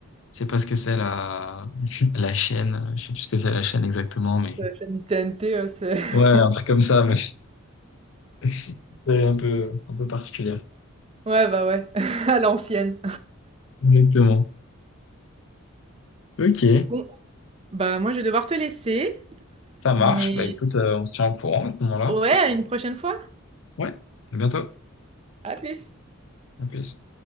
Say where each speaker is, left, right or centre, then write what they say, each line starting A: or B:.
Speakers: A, on the left; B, on the right.
A: je sais pas ce que c'est la, la chaîne, euh, je sais plus ce que c'est la chaîne exactement, mais
B: la chaîne du TNT, heu, c'est <laughs>
A: ouais, un truc comme ça, mais <laughs> c'est un peu, un peu particulière.
B: ouais, bah, ouais, <laughs> à l'ancienne.
A: Exactement. Ok,
B: Bon, bah, moi je vais devoir te laisser,
A: ça marche.
B: mais
A: Bah écoute, euh, on se tient au courant à ce moment-là.
B: ouais, à une prochaine fois.
A: Ouais, à bientôt.
B: À plus.
A: À plus.